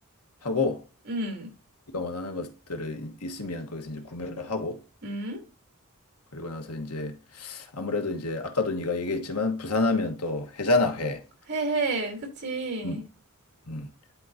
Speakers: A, on the left; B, on the right.
A: 하고
B: 음,
A: 네가 원하는 것들을 이- 있으면 거기서 이제 구매를 하고
B: 음,
A: 그리고 나서 이제 아무래도 이제 아까도 네가 얘기했지만 부산하면 또 회잖아 회.
B: 회해, 그치.
A: 음. 음.